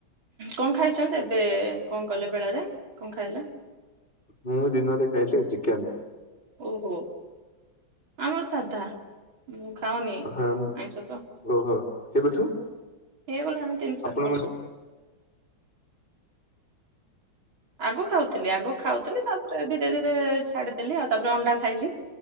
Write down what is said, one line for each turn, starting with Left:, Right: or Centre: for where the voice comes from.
Right: କଣ ଖାଇଛନ୍ତି ଏବେ କଣ କଲେ ବେଳାରେ କଣ ଖାଇଲେ?
Left: ମୁଁ ଦିନରେ ଖାଇଛି ଚିକେନ୍।
Right: ଓହୋ ଆମର ସାଧା। ହୁଁ ଖାଉନି ଆଇଁଷ
Left: ହଁ
Right: ତ।
Left: ଓହୋ କେବେଠୁ
Right: ହେଇଗଲାଣି ତିନି ଚାରି
Left: ଆପଣ
Right: ବର୍ଷ।
Left: ମାନେ
Right: ଆଗ ଖାଉଥିଲି ଆଗ ଖାଉଥିଲି ତାପରେ ଧୀରେ ଧୀରେ ଛାଡିଦେଲି ଆଉ ତାପରେ ଅଣ୍ଡା ଖାଇଲି।